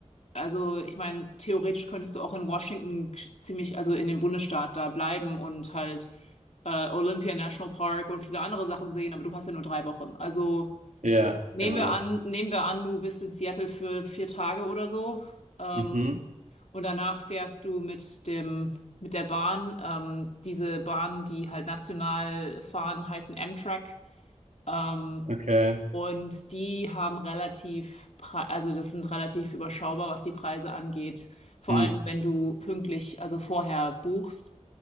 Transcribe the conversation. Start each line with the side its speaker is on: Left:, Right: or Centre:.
Left: also ich meine, theoretisch könntest du auch in Washington ziemlich, also in dem Bundesstaat da bleiben und halt äh, Olympia National Park und viele andere Sachen sehen, aber du hast ja nur drei Wochen. Also
Right: ja,
Left: nehmen
Right: genau,
Left: wir an, nehmen wir an, du bist in Seattle für vier Tage oder so. Ähm,
Right: mhm,
Left: und danach fährst du mit dem, mit der Bahn. Ähm, diese Bahnen, die halt national fahren, heißen Amtrak. Ähm,
Right: okay,
Left: und die haben relativ, pre- also das sind relativ überschaubar, was die Preise angeht. Vor
Right: mhm,
Left: allem, wenn du pünktlich, also vorher buchst,